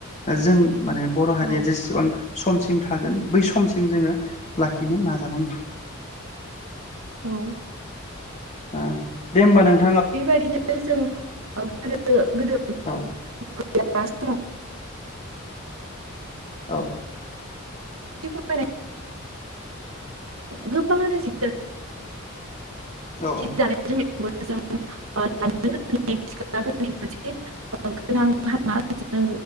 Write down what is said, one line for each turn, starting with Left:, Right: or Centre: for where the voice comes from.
Left: जों माने बर'
Right: औ
Left: हारिया जेसेबां समसिम थागोन बै सम समसिम जोंङो लाखिनो ना नाजानांगोन।
Right: औ
Left: ओ दे होमबा नों
Right: बेबायदिनो जों गोदो गोदो
Left: औ
Right: <unintelligible> <unintelligible> एसे
Left: औ
Right: फोरमाय गोबाङानो जि
Left: औ औ
Right: जानाय <unintelligible> <unintelligible> जि दानायफोरामोनसे गोनां हाबा जों